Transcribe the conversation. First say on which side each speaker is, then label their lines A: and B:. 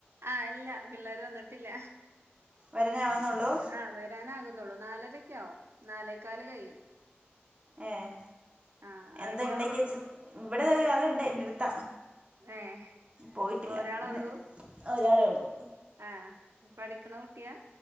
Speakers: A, on the right; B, on the right.
A: ആഹ്. ല്ല പിള്ളേര് വന്നിട്ടില്ല.
B: വരാനാവുന്നുള്ളൂ
A: ആഹ് വരാനാകു ന്നൊള്ളു. നാലരക്കാവും. നാലേകാല് കയ്യും.
B: ഏഹ്.
A: ആഹ്
B: എന്തണ്ടാക്കിച്ച്.
A: അവിടെയോ
B: ഇവിടെ താ <unintelligible> ഇട്ത്താ.
A: ഏഹ്
B: പോയിട്ടില്ല
A: ഒരാളെ
B: ന്ന്.
A: ഉള്ളൂ
B: ഒരാളെ ഉള്ളു.
A: ആഹ്. പഠിക്ക്ണ കുട്ടിയാ